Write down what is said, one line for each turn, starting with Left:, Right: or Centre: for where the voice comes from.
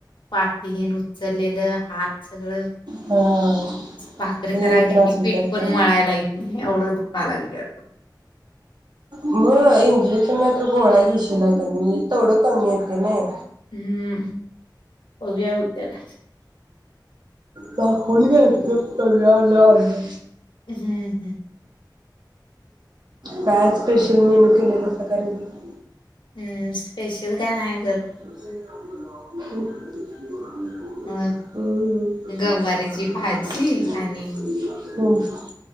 Left: पा तिहीन उचललेलं हात सगळं
Right: हा
Left: भाकरी
Right: ते
Left: करायलं
Right: त्रास
Left: कि
Right: होत
Left: पीठ
Right: असेल
Left: पण मळायला ईत नाही एवढं दुख दुखाय लागलंय आता.
Right: मग इंजेक्शन नाई तर गोळ्या घेशीला क नाई म्ह तेवडं कमी येतयं नाही.
Left: हम्म बघूया उद्याला.
Right: दाखवून घ्यायचं कमी आल आलं.
Left: हम्म हम्म.
Right: काय आज स्पेशल मेनू केलेलासा काय रेगुलर?
Left: हम्म स्पेशल काय नाय.
Right: हम्म.
Left: अ
Right: हो.
Left: गवारीची भाजी आणि